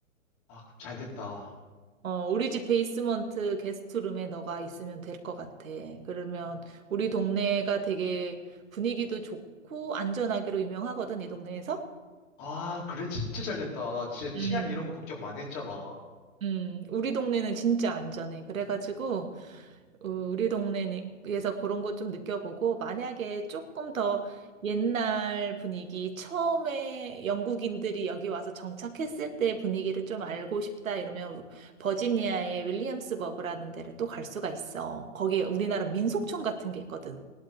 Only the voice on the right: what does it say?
어, 우리 집 베이스먼트 게스트룸에 너가 있으면 될 것 같아. 그러면 우리 동네가 되게 분위기도 좋고 안전하기로 유명하거든, 이 동네에서.
음.
음, 우리 동네는 진짜 안전해. 그래가지고, 어, 우리 동네에서 그런 거 좀 느껴보고, 만약에 조금 더 옛날 분위기, 처음에 영국인들이 여기 와서 정착했을 때 분위기를 좀 알고 싶다 이러면 버지니아의 윌리엄스버그라는 데를 또 갈 수가 있어. 거기에 우리나라 민속촌 같은 게 있거든.